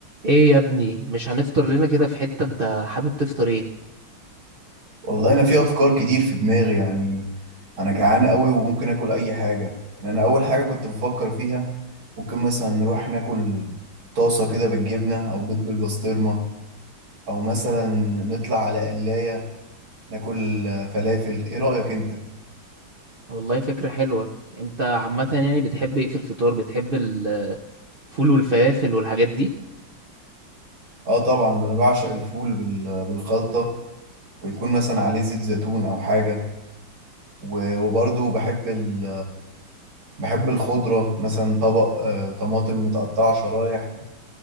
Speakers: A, on the right; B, on the right.
A: ايه يا ابني مش هنفطر لنا كده في حتة انت حابب تفطر ايه
B: والله انا في افكار كتير في دماغي يعني انا جعان قوي وممكن اكل اي حاجه يعني انا اول حاجه كنت بفكر فيها ممكن مثلا نروح ناكل طاسه كده بالجبنه او بيض بالبسطرمه او مثلا نطلع على قلايه ناكل فلافل ايه رايك انت
A: والله فكرة حلوة انت عامة يعني بتحب ايه في الفطار بتحب الفول والفلافل والحاجات دي
B: اه طبعا انا بعشق الفول بال- بالخلطه ويكون مثلا عليه زيت زيتون او حاجه و- وبرضه بحب ال... بحب الخضره مثلا طبق آه، طماطم متقطعه شرايح